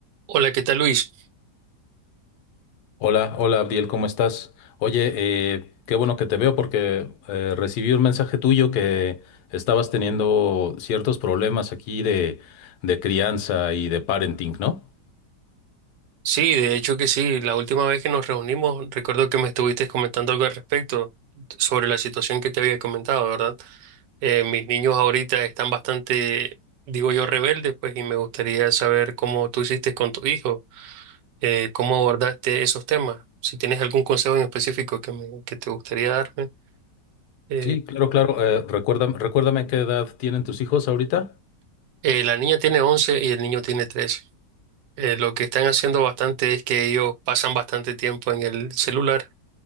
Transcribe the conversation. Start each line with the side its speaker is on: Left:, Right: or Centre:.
Right: Hola, ¿qué tal Luis?
Left: Hola, hola Abdiel, ¿cómo estás? Oye, eh, qué bueno que te veo porque eh, recibí un mensaje tuyo que estabas teniendo ciertos problemas aquí de, de crianza y de parenting, ¿no?
Right: Sí, de hecho que sí. La última vez que nos reunimos, recuerdo que me estuviste comentando algo al respecto sobre la situación que te había comentado, ¿verdad? Eh, mis niños ahorita están bastante, digo yo, rebeldes, pues, y me gustaría saber cómo tú hiciste con tu hijo, eh, cómo abordaste esos temas. Si tienes algún consejo en específico que, me- que te gustaría darme. Eh,
Left: Sí, claro, claro. eh, recuérdame, recuérdame qué edad tienen tus hijos ahorita.
Right: eh, la niña tiene 11 y el niño tiene 13. Eh, lo que están haciendo bastante es que ellos pasan bastante tiempo en el celular